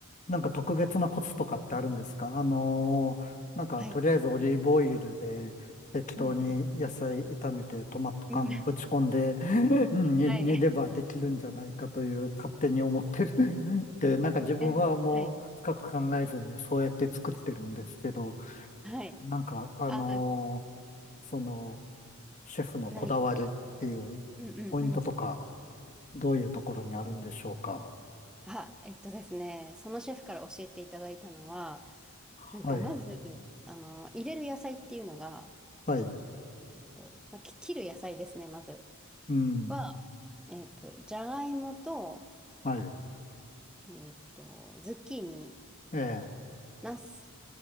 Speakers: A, on the left; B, in the centre.
A: なんか特別なコツとかってあるんですかあのーなんかとりあえずオリーブオイルで適当に野菜炒めてトマト缶ぶち込んで
B: はい。うん。うん。うん
A: <laughs> うん煮、
B: はい。
A: 煮ればできるんじゃないかという勝手に思ってる <laughs> で、なんか自分はもう深く考えずにそうやって作ってるんですけど、
B: え、はい。はい。
A: なんかあのー
B: あ、
A: そのシェフのこだわりっていうポイントとか
B: 何か。うんうんうん。
A: どういうところにあるんでしょうか
B: あ、えっとですね、そのシェフから教えていただいたのは、
A: はい。
B: なんかまず、あの、入れる野菜っていうのが、
A: はい。
B: えっと、まあ、き切る野菜ですね、まず
A: うん。
B: は、えっと、じゃがいもと、
A: はい。
B: えっと、ズッキーニ、
A: ええ、
B: ナス、